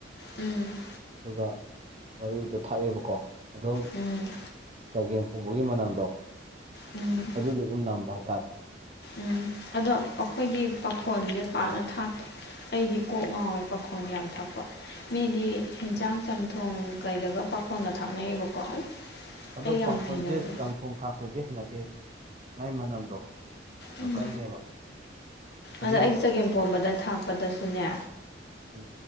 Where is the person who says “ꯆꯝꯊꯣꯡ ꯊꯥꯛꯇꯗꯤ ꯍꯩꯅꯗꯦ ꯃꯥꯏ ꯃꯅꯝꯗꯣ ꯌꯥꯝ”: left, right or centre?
Right